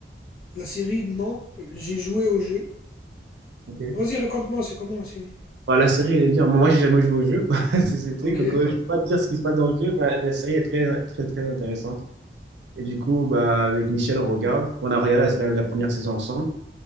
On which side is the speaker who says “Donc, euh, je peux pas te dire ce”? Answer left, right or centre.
Right